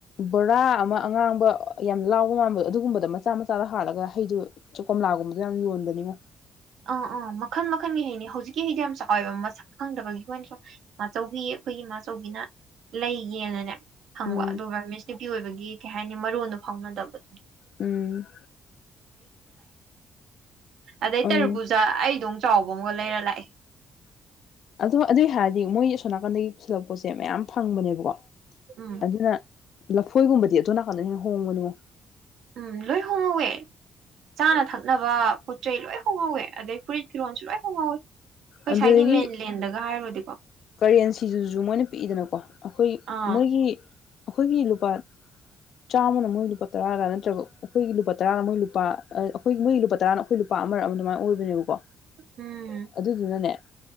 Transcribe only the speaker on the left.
ꯣꯔ ꯆ ꯑꯃ ꯑꯉꯥꯡꯕ ꯌꯥꯝꯅ ꯂꯥꯎꯕ ꯃꯥꯟꯕꯗꯣ ꯑꯗꯨꯒꯨꯝꯕꯗ ꯃꯆꯥ ꯃꯆꯥꯗ ꯍꯥꯜꯂꯒ ꯍꯩꯗꯨ ꯆꯀꯣꯝꯂꯥꯒꯨꯝꯕꯗ ꯌꯥꯝ ꯌꯣꯟꯕꯅꯤꯉꯣ
ꯎꯝ
ꯎꯝ
ꯎꯝ
ꯑꯗꯨ ꯑꯗꯨ ꯑꯣꯏ ꯍꯥꯏꯔꯗꯤ ꯃꯣꯏ ꯁꯣꯅꯥꯀꯟꯗꯒꯤ ꯄꯨꯁꯤꯜꯂꯛꯄꯣꯠꯁꯦ ꯃꯌꯥꯝ ꯐꯪꯕꯅꯦꯕꯀꯣ
ꯑꯗꯨꯅ ꯂꯐꯣꯏꯒꯨꯝꯕꯗꯤ ꯑꯗꯨꯣ ꯅꯥꯀꯟꯗ ꯍꯦꯟꯅ ꯍꯣꯡꯕꯅꯤꯉꯣ
ꯑꯗꯨꯗꯒꯤ
ꯀꯔꯦꯟꯁꯤꯗꯨꯁꯨ ꯃꯣꯏꯅ ꯄꯤꯛꯏꯗꯅꯀꯣ ꯑꯩꯈꯣꯏ
ꯃꯣꯏꯒꯤ ꯑꯩꯈꯣꯏꯒꯤ ꯂꯨꯄꯥ ꯆꯥꯝꯃꯅ ꯃꯣꯏ ꯂꯨꯄꯥ ꯇꯔꯥꯒ ꯅꯠꯇ꯭ꯔꯒ ꯑꯩꯈꯣꯏꯒꯤ ꯂꯨꯄꯥ ꯇꯔꯥꯅ ꯃꯣꯏ ꯂꯨꯄꯥ ꯑꯩꯈꯣꯏꯒꯤ ꯃꯣꯏꯒꯤ ꯂꯨꯄꯥ ꯇꯔꯥꯅ ꯑꯩꯈꯣꯏ ꯂꯨꯄꯥ ꯑꯃ ꯑꯃ ꯑꯗꯨꯃꯥꯏꯅ ꯑꯣꯏꯕꯅꯦꯕꯀꯣ
ꯑꯗꯨꯗꯨꯅꯅꯦ